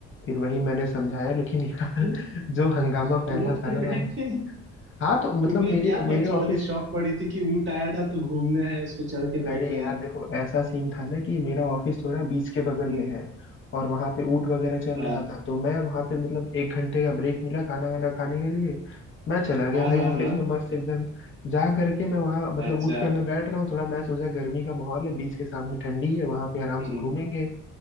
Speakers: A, on the left (about 40°); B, on the right (about 40°).
A: फिर वही मैंने समझाया लेकिन यार
B: हो
A: <laughs> जो हंगामा फैला
B: ऊँट पे
A: था ना
B: बैठ
A: भाई
B: के
A: हाँ तो मतलब
B: तुम्हें
A: मेरे
B: क्या
A: मेरे
B: बच्चों
A: ऑफिस
B: वाली शौक पड़ी थी कि ऊँट आया था तो घूमना है उस पे चढ़ के बैठना
A: अरे यार
B: है
A: देखो ऐसा सीन था ना कि मेरा ऑफिस थोड़ा बीच के बगल
B: हम्म
A: में है और वहां पे ऊंट वगैरह चल
B: हाँ
A: रहा था तो मैं वहां पे मतलब एक घंटे का ब्रेक मिला खाना वाना खाने के लिए मैं चला गया
B: हाँ
A: भाई
B: हाँ
A: ऑफिस
B: हाँ
A: में मस्त एकदम जा करके मैं वहां मतलब
B: अच्छा
A: ऊंट पे मैं बैठ रहा हूँ थोड़ा मैं सोचा गर्मी का माहौल है बीच के सामने ठंडी है वहां पे आराम
B: हम्म
A: से घूमेंगे